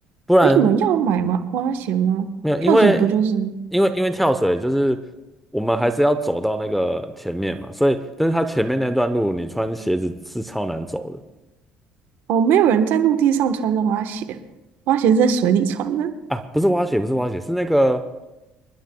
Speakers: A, in the centre; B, on the right.
A: 不然
B: 哎，你们要买吗？蛙鞋吗？
A: 没有，
B: 跳水不就是？
A: 因为因为因为跳水就是我们还是要走到那个前面嘛，所以但是它前面那段路你穿鞋子是超难走的
B: 哦，没有人在陆地上穿着蛙鞋，蛙鞋是在水里穿的。
A: 啊，不是蛙鞋，不是蛙鞋，是那个。